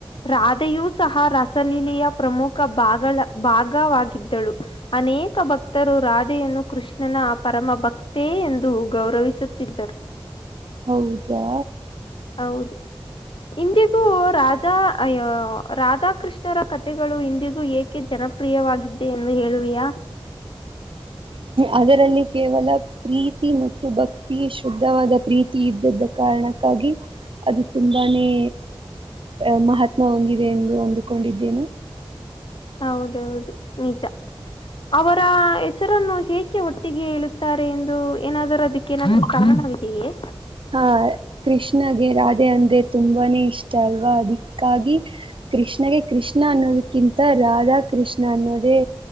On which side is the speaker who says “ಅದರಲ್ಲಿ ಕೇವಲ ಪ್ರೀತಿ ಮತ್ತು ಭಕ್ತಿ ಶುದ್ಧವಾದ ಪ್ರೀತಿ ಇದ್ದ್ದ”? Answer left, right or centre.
Right